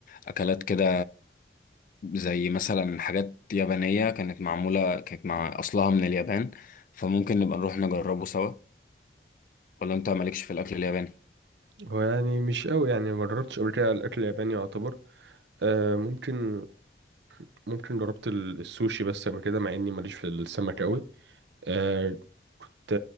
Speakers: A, on the left; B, on the right.
A: أكلات كده زي مثلا حاجات يابانية كانت معمولة كانت مع أصلها من اليابان فممكن نبقى نروح نجربه سوا ولا انت مالكش في الاكل الياباني
B: هو يعني مش قوي يعني ما جربتش قبل كده الأكل الياباني يعتبر آه ممكن ممكن جربت ال- السوشي بس قبل كده مع إني ماليش في السمك قوي آه ت-